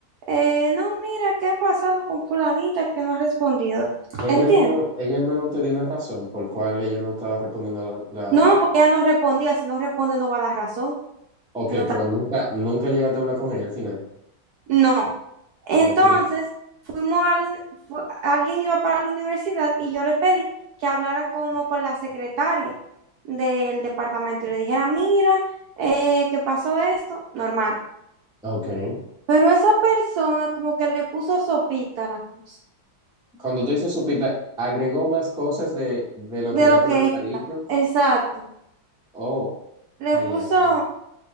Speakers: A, on the right; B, in the centre.
A: eh, no, mira, ¿qué ha pasado con fulanita que no ha respondido?
B: Y ella
A: ¿Entiendes?
B: al menos, ella al menos te dio una razón por cual ella no estaba respondiendo la,
A: No,
B: la-
A: porque ella no respondía, si no responde no va a la razón,
B: Ok,
A: que no está
B: pero nunca, nunca llegaste a hablar con ella al final.
A: No. Entonces,
B: Ok,
A: fuimos a la uni- fu- alguien iba para la universidad y yo le pedí que hablara como con la secretaria del departamento y le dijera, mira, eh, que pasó esto, normal.
B: ok.
A: Pero esa persona como que le puso sopita a la cosa,
B: Cuando tú dices supita, agregó más cosas de, de lo
A: de
B: que ya
A: lo
B: tú
A: que
B: le hubieras dicho.
A: iba, exacto.
B: Oh,
A: Le
B: ay,
A: puso,
B: ay. ay.